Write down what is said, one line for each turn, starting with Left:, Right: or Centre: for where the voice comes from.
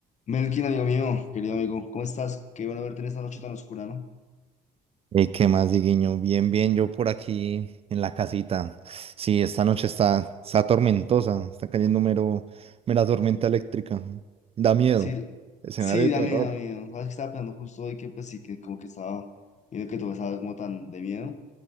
Left: Melkin, amigo mío, querido amigo, ¿cómo estás? Qué bueno verte en esta noche tan oscura, ¿no?
Right: Eh, ¿qué más, Diguiño? Bien, bien, yo por aquí en la casita. Sí, esta noche está, está tormentosa, está cayendo mero, mera tormenta eléctrica. Da miedo.
Left: Sí,
Right: Escenario
Left: sí,
Right: de
Left: da
Right: terror.
Left: miedo, da miedo. Sabes que estaba pensando justo hoy que, pues sí, que como que estaba viendo que todo estaba como tan de miedo.